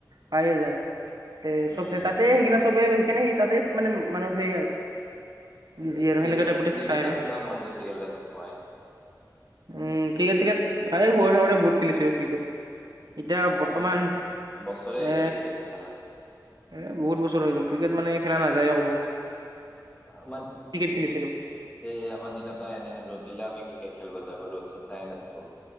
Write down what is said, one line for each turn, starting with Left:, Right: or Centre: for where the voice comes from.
Right: পাইয়ে যায়। তে
Left: উম
Right: চবে তাতে সেই কিনে চবে সেইকাৰনে সেই তাতে মানে মানুহ সেই আৰু বিজি
Left: এ
Right: আৰু সেনেকুৱা
Left: ক্ৰিকেট
Right: টাইপতে
Left: ক্ৰিকেটে
Right: চাই আৰু
Left: খেলবা মন গুচি গ'লে তুমি কয়।
Right: উম ক্ৰিকেট চিকেট আগতে সৰু হৈ থাকোঁতে বহুত খেলিছিলো ক্ৰিকেট। এতিয়া
Left: ইমান
Right: বৰ্তমান এ
Left: বছৰে হৈ গ'ল ক্ৰিকেট নেখেলা
Right: এ বহুত বছৰ হৈ গ'ল। ক্ৰিকেট মানে খেলা নাযায়।
Left: আমাৰ
Right: খেলিছিলো
Left: এই আমাৰ দিনতে এনেহেন ৰ'দ। দিলে আমি ক্ৰিকেট খেলব যাবলৈ ৰ'দ চদ চাই নাথাকো।